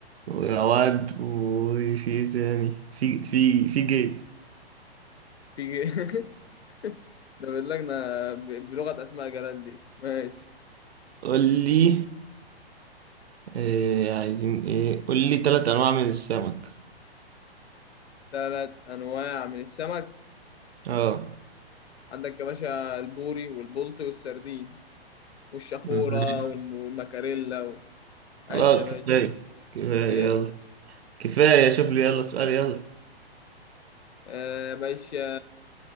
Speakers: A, on the right (about 75°); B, on the left (about 85°).
A: ويا واد وفي إيه تاني في في في جي
B: في <laughs> ده باللجنة ب- بلغة أسماء جلال دي ماشي
A: قول لي آه. عايزين ايه قول لي تلات انواع من السمك
B: ثلاث أنواع من السمك
A: اه
B: عندك يا باشا البوري والبلطي والسردين والشخورة
A: ماشي.
B: والم- والمكاريلا و... عد
A: خلاص
B: يا باشا
A: كفاية كفاية
B: إيه
A: يلا كفاية شوف لي يلا سؤال يلا
B: آه باشا